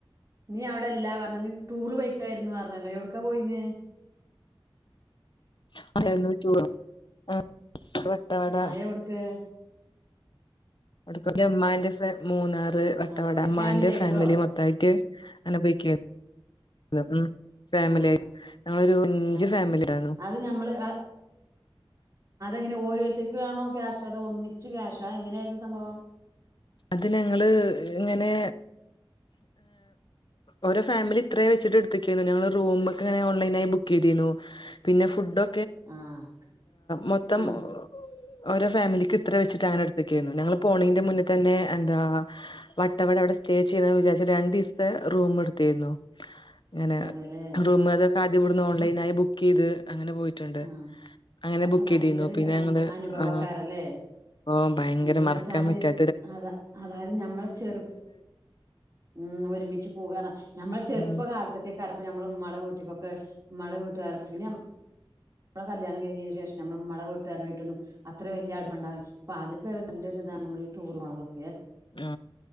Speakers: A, on the right; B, on the left.
A: നീ ഇടെല്ല പറഞ്ഞ നീ ടൂറ് പൊയിക്കായിന്ന് പറഞ്ഞല്ലോ എവിടക്കാ പോയിനെ
B: <unintelligible> വട്ടവട
A: ഹ എവിടുക്ക്
B: അക്ക അമ്മാന്റെ മൂന്നാറ് വ
A: അതല്ലേ
B: മ്മാന്റെ
A: ആയിട്ടോ
B: ഫാമിലി മൊത്തമായിട്ട് ഇങ്ങനെ പോയിക്കണ് പി ഉം ഫാമിലിയി
A: ആഹ്
B: ഞങ്ങളൊരു അഞ്ച്
A: അത്
B: ഫാമിലിടന്നു
A: അത് ഞമ്മള് അങ്ങനെ ഓരോരുത്തേക്കാണോ ക്യാഷ് അതോ ഒന്നിച്ച് ക്യാഷ് അ എങ്ങനെയായിരുന്നു സംഭവം
B: അത് ഞങ്ങള് ഇങ്ങനെ ഓരോ ഫാമിലി എത്ര വച്ചിട്ട് എടുക്കുക ഞങ്ങൾ റൂമൊക്കെ ഓൺലൈനിൽ ആയിട്ട് ബുക്ക് ചെയ്തിരുന്നു പിന്നെ ഫുഡ്
A: ആഹ്
B: മൊത്തം
A: ആഹ്
B: ഒരു ഫാമിലിക്ക് ഇത്രേ വെച്ചിട്ട് സ്റ്റാ എടുകേരുന്നു ഞങ്ങള് പോണിന്റെ മുന്നെ തന്നെ എന്താ വട്ടവട അവിടെ സ്റ്റേ ചെയ്യന്ന് വിചാരിച്ച രണ്ടു ദിവസത്തെ റൂം എടുത്തിരുന്നു ഇങ്ങനെ
A: അതെല്ലേ
B: റൂമ അത ആദ്യ ഇവിടുന്ന് ഓൺലൈനായി ബുക്ക് ചെയ്ത് അങ്ങനെ പോയിട്ടുണ്ട്
A: ആഹ്
B: അങ്ങനെ
A: അതൊക്കെ
B: ബുക്ക്
A: നല്ലൊരു
B: ചെയ്തിന്നു പിന്നെ ഞങ്ങള്
A: അനുഭവക്കാരല്ലേ
B: ആ ഓ ഭയങ്കര
A: എന്താന്ന്
B: മറക്കാൻ
A: വെച്ചാല്
B: പറ്റാ
A: അത അതായത് നഞമ്മളെ ചെറു ഉം ഒരുമിച്ച് പൂകാരണം നഞമ്മളെ ചെറുപ്പ
B: ഉം
A: കാലത്തൊക്കെകാരപ്പോ നമ്മള് മ്മടെ കൂട്ടിക്കൊക്കെ മ്മാടെ കൂട്ട്കറപ്പ പിന്നെ നമ്മടെ കല്യാണം കഴിഞ്ഞതിന് ശേഷം നമ്മ മള വീട്ടുകാരമായിട്ടൊന്ന അത്ര വലിയ അടുപ്പണ്ടാവില്ല അൊ അതൊക്കെ നല്ലൊ ഇതാണ് നമ്മ ടൂർ പോുള്ളതക്കെ
B: ആ